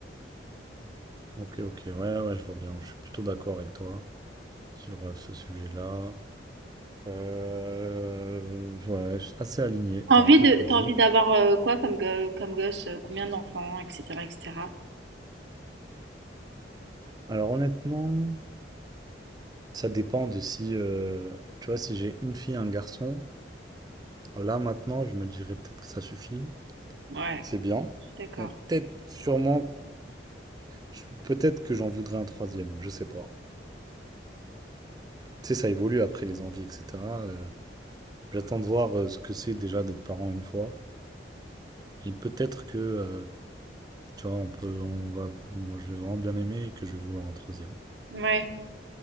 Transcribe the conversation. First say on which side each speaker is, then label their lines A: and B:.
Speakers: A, on the right; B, on the right.
A: Ok, ok, ouais, ouais, je vois bien. Je suis plutôt d'accord avec toi sur euh, ce sujet-là. Euh, ouais, ouais, je suis assez aligné,
B: T'as
A: t'as
B: envie
A: un peu
B: de,
A: tout dit.
B: t'as envie d'avoir euh, quoi comme, go- comme gosse, euh, combien d'enfants, etc., etc.
A: Alors honnêtement, ça dépend de si, euh, tu vois, si j'ai une fille, un garçon, là maintenant, je me dirais peut-être que ça suffit,
B: Ouais,
A: que c'est bien,
B: je suis d'accord.
A: mais peut-être, sûrement, je- peut-être que j'en voudrais un troisième, je sais pas. Tu sais, ça évolue après les envies, etc. euh, j'attends de voir euh, ce que c'est déjà d'être parent une fois, et peut-être que, euh, tu vois, on peut, on va, moi, je vais vraiment bien aimer et que je vais vouloir un troisième.
B: Ouais.